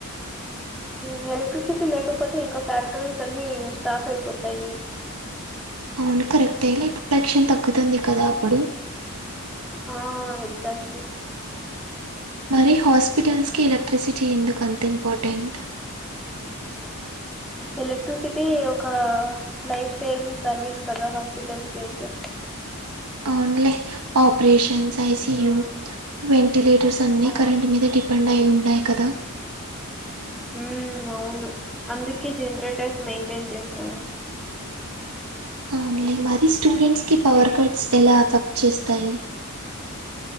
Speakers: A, in the centre; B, on the right (about 85°).
A: మ్ ఎలక్ట్రిసిటీ లేకపోతే ఇంక ఫ్యాక్టరీస్ అన్ని స్టాప్ అయిపోతాయి
B: అవును కరెక్టే లే ప్రొడక్షన్ తగ్గుతుంది కదా అప్పుడు
A: ఆ ఎగ్జాక్ట్ లీ
B: మరి హాస్పిటల్స్ కి ఎలక్ట్రిసిటీ ఎందుకు అంత ఇంపార్టెంట్
A: ఎలక్ట్రిసిటీ ఒక లైఫ్ సేవింగ్ సర్వీస్ కదా హాస్పిటల్స్ కి అయితే
B: అవునులే ఆపరేషన్స్ ఐసియు
A: మ్మ్.
B: వెంటిలేటర్స్ అన్ని
A: ఆ
B: కరెంట్ మీద డిపెండై ఉంటాయి కదా
A: మ్ అవును అందుకే జనరేటర్స్ మెయింటైన్ చేస్తారు
B: అవునులే మరి స్టూడెంట్స్ కి పవర్ కట్స్ ఎలా ఎఫెక్ట్ చేస్తాయి